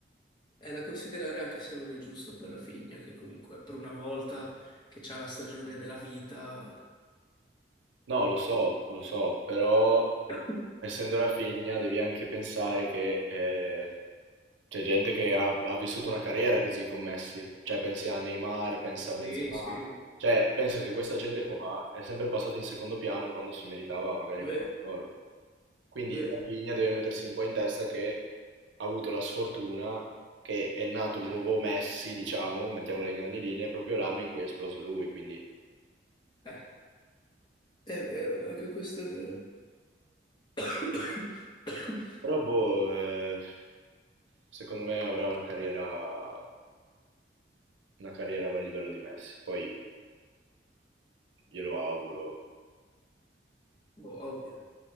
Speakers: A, on the left; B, on the right.
A: È da considerare anche se non è giusto per Rafinha, che comunque per una volta che c'ha la stagione della vita.
B: No, lo so, lo so, però
A: <laughs>
B: essendo la figlia devi anche pensare che eh, C'è gente che ha, ha vissuto una carriera così con Messi, cioè pensi a Neymar, pensa a Benzema,
A: Sì, sì, è
B: cioè penso che questa gente qua è sempre passata in secondo piano quando si meritava magari
A: vero,
B: il pallone d'oro. Quindi
A: è vero.
B: Rafinha deve mettersi un po' in testa che ha avuto la sfortuna che è nato il nuovo Messi, diciamo, mettiamola in grandi linee, proprio l'anno in cui è esploso lui, quindi...
A: Eh, è vero, anche questo è vero. <coughs>
B: Però boh, eh, secondo me avrà una carriera, una carriera a livello di Messi, poi glielo auguro.
A: Boh, ovvio.